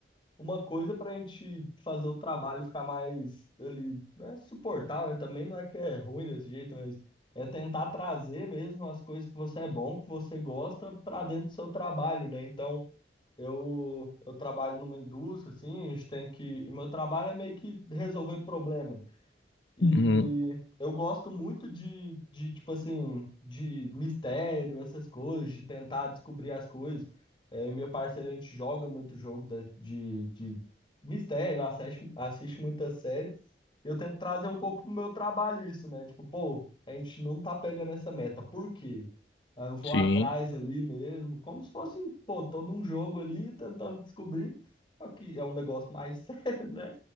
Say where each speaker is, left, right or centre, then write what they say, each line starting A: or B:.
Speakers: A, on the left; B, on the left.
A: uma coisa pra gente fazer o trabalho ficar mais ali, não é suportável, né? Também não é que é ruim desse jeito, mas é tentar trazer mesmo as coisas que você é bom, que você gosta, pra dentro do seu trabalho, né? Então Eu, eu trabalho numa indústria, assim, a gente tem que. E meu trabalho é meio que resolver problemas. E
B: Uhum,
A: eu gosto muito de, de, tipo assim, de mistério, essas coisas, de tentar descobrir as coisas. É, eu e meu parceiro, a gente joga muito jogo da- de, de mistério, assiste, assiste muita série. Eu tento trazer um pouco pro meu trabalho isso, né? Tipo, pô, a gente não tá pegando essa meta, por quê? Aí eu vou
B: sim.
A: atrás
B: <laughs>
A: ali mesmo, como se fosse, pô, tô num jogo ali tentando descobrir. Só que é um negócio mais <laughs> sério, né?